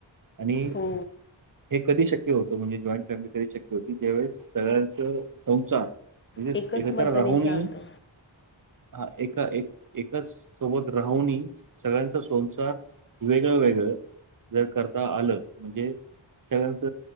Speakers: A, on the right; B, on the left.
A: आणि
B: हो,
A: हे कधीं शक्यं होतं म्हणजे जॉईंट फॅमिली कधीं शक्यं होती ज्यावेळेस सगळ्यांच संसार म्हणजे
B: एकच
A: एकत्रं
B: मताने
A: राहूंनही
B: चालतं.
A: हां एकां एकांच सोबतं राहूंन सगळ्यांचा संसार वेगळं वेगळं जरं करतां आलं म्हणजे सगळ्यांच